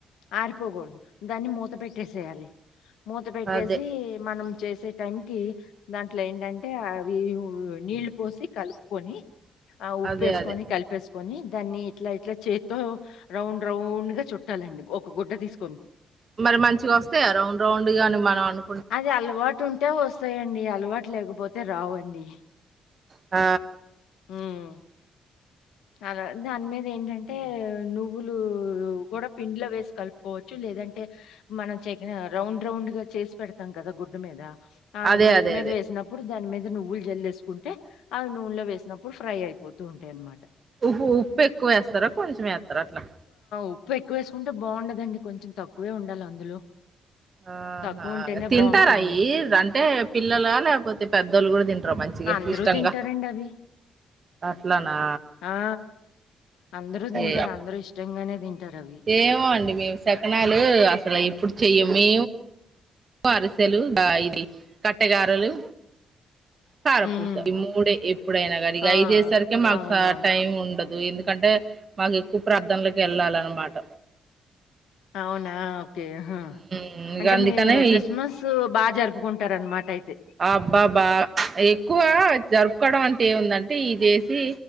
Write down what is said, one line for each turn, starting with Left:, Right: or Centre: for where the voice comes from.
Left: ఆరిపోకూడదు దాన్ని మూత పెట్టేసేయాలి మూత పెట్టేసి
Right: అదే
Left: మనం చేసే టైంకి దాంట్లో ఏంటంటే అవి నీళ్లు పోసి కలుపుకొని ఆ ఉప్పు
Right: అదే
Left: వేసుకొని
Right: అదే
Left: కలిపేసు కని దాన్ని ఇట్లా ఇట్లా చేత్తో రౌండ్ రౌండ్ గా చుట్టాలండి ఒక గుడ్డ తీసుకొని
Right: మరి మంచిగా వస్తాయా రౌండ్ రౌండ్ గాని మనం అను
Left: అది అలవాటు ఉంటే వస్తాయండి అలవాటు లేకపోతే రావండి
Right: ఆ
Left: హ్మ్. అలా దాని మీద ఏంటంటే నువ్వులు కూడా పిండ్లో వేసి కలుపుకోవచ్చు లేదంటే మనం చెకిన రౌండ్ రౌండ్గా చేసి పెడత వస్తాం కదా గుడ్డ మీద ఆ
Right: అదే
Left: గుడ్డ
Right: అదే
Left: మీద
Right: అదే
Left: వేసినప్పుడు దాని మీద నువ్వులు జల్ వేసుకుంటే అవి నూనెలో వేసినప్పుడు ఫ్రై అయిపోతూ ఉంటాయి అనమాట
Right: ఉహ ఉప్పు ఎక్కువ వేస్తారా కొంచెం వేత్తరా అట్లా
Left: ఉప్పు ఎక్కువ వేసుకుంటే బాగుండదండి కొంచెం తక్కువే ఉండాలి అందులో
Right: ఆహా
Left: తక్కువుంటేనే
Right: తింటారా
Left: బావుంటుంది.
Right: ఈయి అంటే పిల్లల లేకపోతే పెద్దోళ్ళు కూడా తిం మంచిగా
Left: అందరూ
Right: ఇష్టంగా
Left: తింటారండి అవి.
Right: అట్లనా
Left: ఆ అందరూ తింటారు
Right: ఏ
Left: అందరూ ఇష్టంగానే తింటారు అవి
Right: ఏమో అండి మేము సెకలాలు అసలు ఎప్పుడు చెయ్యము అరిసెలు ఇది కట్టెగారెలు కారపూస
Left: హ్మ్.
Right: ఈ మూడే ఎప్పుడైనా కానీ ఇక
Left: ఆ!
Right: అఐదేయేసరికి మాకు
Left: అవునవును.
Right: టైం ఉండదు ఎందుకంటే మాకు ఎక్కువ ప్రార్థనలకి వెళ్ళాలనమాట
Left: అవునా ఓకే హ
Right: హ్మ్. ఇగ
Left: అంటే
Right: అందుకనే
Left: మీరు క్రిస్మస్
Right: ఈ
Left: బాగ జరుపుకుంటార అనమాట అయితే
Right: అబ్బాబా ఎక్కువ జరుపుకోవడం అంటే ఏముందంటే ఇ చేసి